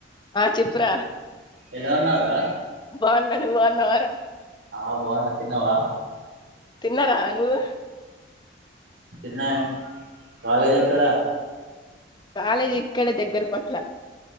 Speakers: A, on the left; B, on the right.
A: ఆ చెప్పురా
B: ఎలావున్నావురా
A: బాగున్నా నువ్వు బాగున్నావారా
B: ఆ బాగున్న తిన్నవా
A: తిన్నా రా నువ్వు
B: తిన్న కాలేజెక్కడ
A: కాలేజ్ ఇక్కడే దగ్గరి పట్ల